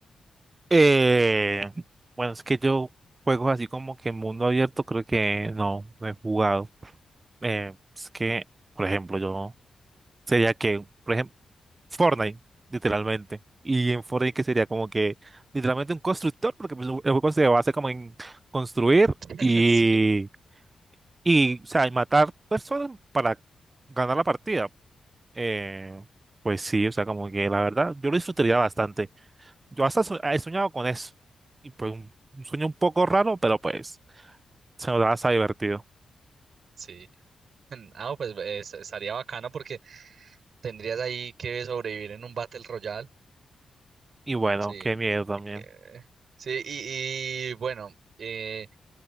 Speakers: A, on the right; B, on the right.
A: Eh, bueno, es que yo juegos así como que en mundo abierto creo que no, no he jugado. Eh, es que, por ejemplo, yo sería que, por ejemplo, Fortnite, literalmente. Y en Fortnite que sería como que, literalmente un constructor, porque pues, el juego se basa como en construir
B: <laughs>
A: y,
B: Sí,
A: y, o sea, y matar personas para ganar la partida. Eh, pues sí, o sea, como que la verdad, yo lo disfrutaría bastante. Yo hasta so- he soñado con eso. Y pues un, un sueño un poco raro, pero pues se nos da hasta divertido.
B: sí. Ah, pues es- estaría bacano porque tendrías ahí que sobrevivir en un Battle Royale.
A: Y bueno,
B: Sí.
A: qué miedo también.
B: Eh, sí, y, y bueno. eh,